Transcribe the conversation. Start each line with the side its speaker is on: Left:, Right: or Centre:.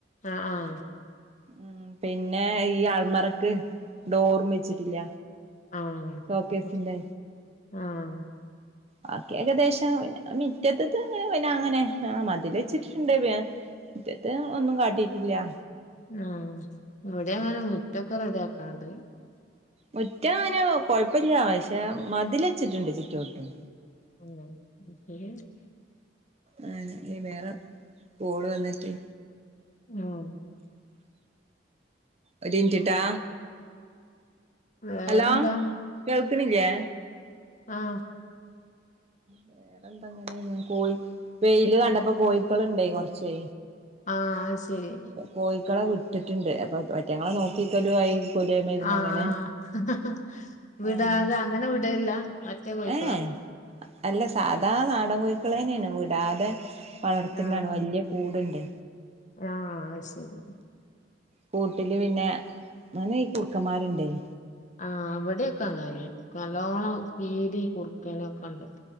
Left: ആഹ് ആഹ്
Right: ഉം പിന്നെ ഈ ആൾമറക്ക് ഡോറും വെച്ചിട്ടില്ല.
Left: ആഹ്
Right: ഷോക്കേസിന്റെ
Left: അയ്ശരി ആഹ്.
Right: വാക്കി ഏകദേശം പിന്നെ മിറ്റത്ത്ത്തേ പിന്നെ അങ്ങനെ ആഹ് മതിലെച്ചിട്ടിട്ട്ണ്ട്. പിന്നെ, മിറ്റത്തെ ഒന്നും കാട്ടിയിട്ടില്ല്യാ.
Left: ആഹ് ഇവടിം അങ്ങനെ മുറ്റൊക്കെ റെഡിയാക്കാണ്ട്.
Right: മുറ്റം അയിന് കൊഴപ്പല്ല്യാ പക്ഷേ മതിലെച്ചിട്ട്ണ്ട് ചുറ്റ് വട്ടും.
Left: ഉം <unintelligible>
Right: അയന്നെ ഈ വേറെ കോള് വന്ന്ട്ടേ.
Left: ഉം.
Right: ഒര് ൻറ്റ്ട്ടാ.
Left: വേറെന്താ
Right: ഹലോ കേൾക്ക്ണില്ലെ?
Left: ആഹ്
Right: വേറെന്താ ങ്ങനെനെ കോ വെയില് കണ്ടപ്പോ കോയ്ക്കള്ണ്ടെ കൊറ്ച്ചെ
Left: ആഹ് അയ് ശെരി.
Right: കോയിക്കളെ വിട്ട്ട്ട്ണ്ട് അപ്പോ ഒറ്റങ്ങളെ നോക്കിക്കലു ആയി. കൊലിയമായിരുന്നു
Left: ആഹ്
Right: ഇങ്ങനെ
Left: ആഹ് ആഹ് വിടാതെ
Right: ആഹ്
Left: അങ്ങനെ വ്ടേല്ല മറ്റേ കോയിക്കളാ?
Right: ഏഹ് അല്ല സാധാ നാടൻ കോയിക്കളെന്നെണ് വ്ടാതെ വളർത്ത്ണാണ്
Left: ആഹ്
Right: വെല്യ കൂട്ണ്ട്.
Left: ആഹ് അയ് ശെരി.
Right: കൂട്ടില് പിന്നെ <unintelligible> ഈ കുറ്ക്കമ്മാര്ണ്ടെയ്.
Left: ആഹ് വടെക്കെ അങ്ങനെന്നെ നല്ലോണം കീരി കുറ്ക്കന് ഒക്കെണ്ട്.